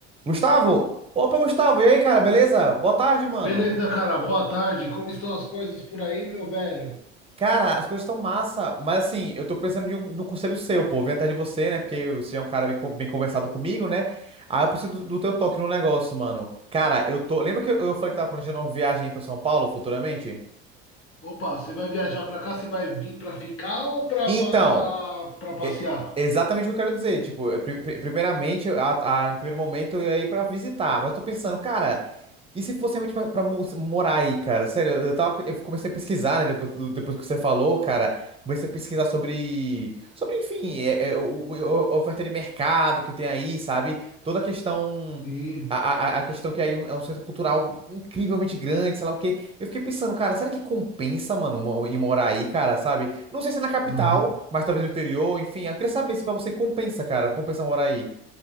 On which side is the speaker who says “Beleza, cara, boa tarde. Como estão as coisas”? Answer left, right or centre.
Left